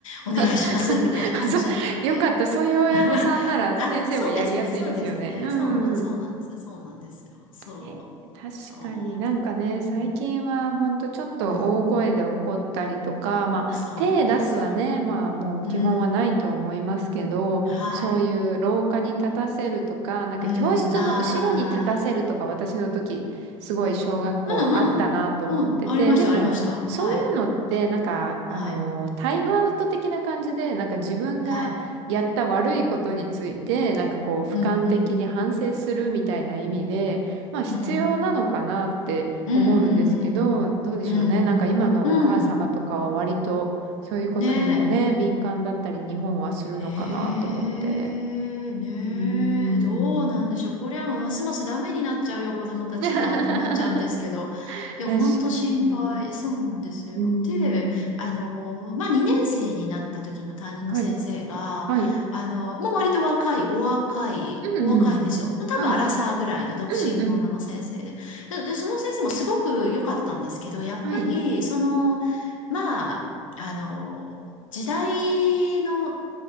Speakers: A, on the left; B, on the right.
A: お願いします、
B: <laughs>
A: みたいな感じだったんで。
B: あそう、よかった。そういう親御さんなら先生もやりやすいですよね。
A: <laughs> あ、そうですね、そうですね。
B: うん。
A: そう、そうなんです。そうなんですよ。そ
B: えー確かになんかね、
A: う、そ
B: 最近はほんとちょっと大声で怒ったりとか、
A: う、うん、うん
B: まあ手出すはね、
A: そうなんですよ。
B: まあもう基本はないと思いますけど、
A: うん、はい。
B: そういう廊下に立たせるとか、なんか教室の後ろに立たせるとか、
A: うん、あ
B: 私の時すごい小学校あったなと思ってて、
A: あ、うんうん、うん、ありました、
B: でもそういうのってなんかあの、
A: ありました。はい、はい、
B: タイムアウト的な感じで、なんか自分がやった悪いことについて、
A: はい。
B: なんかこう俯瞰的に反省するみたいな意味で、
A: うん、うん、
B: まあ必要なのかなって思うんですけど、
A: うん、うん、うん、
B: どうでしょうね。
A: うん、
B: なんか今のお母様とかは割とそういうことにもね、
A: うん、うんね、
B: 敏感だったり日本はするのかなと思って。
A: ええ、ねえ、
B: うーん、
A: どうなんでしょう。これはもうますますダメになっちゃうよ、子供たちがって思っちゃうんですけど。
B: <laughs> 確
A: いや、
B: か
A: ほんと心配。
B: に。
A: そうなんですよ。
B: うーん。
A: で、あの、まあ、2年生になった時の担任の先生が、
B: はい。はい。
A: あの、もう割と若い、お若い、
B: うんうん。
A: お若いんですよ。多分アラサーぐらいの独身の女の先生で。
B: はい。うんうん。
A: で、でその先生もすごく良かったんですけど、やっぱり、
B: はい。
A: その、まあ、あの、時代の